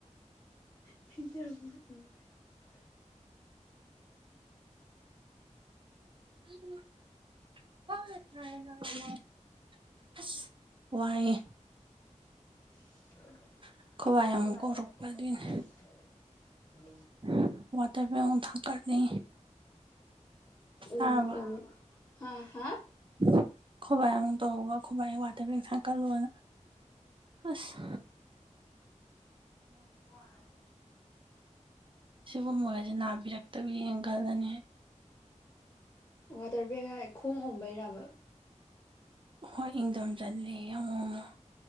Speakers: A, on the left; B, on the right.
A: <unintelligible>
B: ꯑꯥ <unintelligible> <unintelligible> ꯑꯁ ꯋꯥꯏꯌꯦ
A: <unintelligible>
B: ꯑꯩꯈꯣꯏ ꯕꯥꯏ ꯑꯃꯨꯛ ꯀꯧꯔꯛꯄ ꯑꯗꯨꯏꯅꯦ <unintelligible> ꯋꯥꯇꯔ ꯕꯦꯛ ꯃꯨꯛ ꯊꯥꯡꯀꯠꯂꯤ ꯇꯥꯔꯕꯣ
A: ꯑꯣꯝ ꯑꯣꯝ ꯍꯥ ꯍꯥ
B: <unintelligible> ꯈꯣꯕꯥꯏ ꯑꯃꯨꯛ ꯇꯧ <unintelligible> ꯒ ꯈꯣꯕꯥꯏ ꯋꯥꯇꯔ ꯕꯦꯛ ꯊꯥꯡꯀꯠꯂꯣꯅ ꯑꯁ
A: ꯋꯥꯠ
B: ꯁꯤꯒꯨꯝꯕꯒꯥꯁꯦ ꯅꯥꯕꯤꯔꯛꯇꯕꯤꯅ ꯈꯜꯂꯅꯤ
A: ꯋꯥꯇꯔ ꯕꯦꯛ ꯍꯥꯏ ꯈꯣꯡ ꯑꯣꯝꯕꯩꯔꯥꯕ
B: ꯍꯣꯏ ꯏꯪꯊꯝ ꯆꯜꯂꯦꯌꯦ ꯑꯃꯨ ꯃꯨꯛ